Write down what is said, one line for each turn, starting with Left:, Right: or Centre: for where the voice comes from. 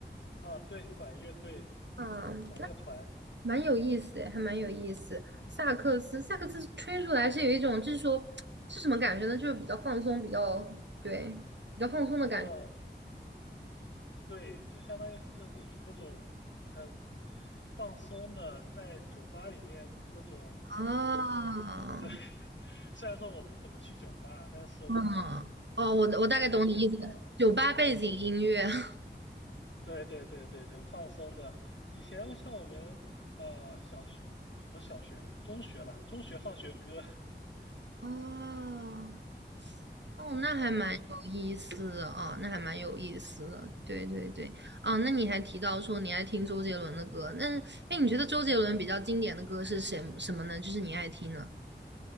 Left: 啊，对，管乐队、
Right: 啊？
Left: 管乐团。
Right: 蛮有意思诶，还蛮有意思。萨克斯，萨克斯吹出来是有一种，就是说是什么感觉呢？就是比较放松，比较对，比较放松的感觉。
Left: 嗯，对，就相当于是你那种很放松的，在酒吧里面那种，
Right: 啊，
Left: 嗯，对。<laughs> 虽然说我不怎么去酒吧，但是我能
Right: 嗯，哦，我我大概懂你意思了，
Left: 感觉到，
Right: 酒吧背景音乐。
Left: 嗯，
Right: <laughs>
Left: 对对对对，很放松的。以前像我们呃小学，也不是小学，中学吧，中学放学歌，<laughs>
Right: 哦，哦，那还蛮有意思的啊，
Left: 对，
Right: 那还蛮有意思的，对对对，啊，那你还提到说你爱听周杰伦的歌，那哎，你觉得周杰伦比较经典的歌是什什么呢？就是你爱听的，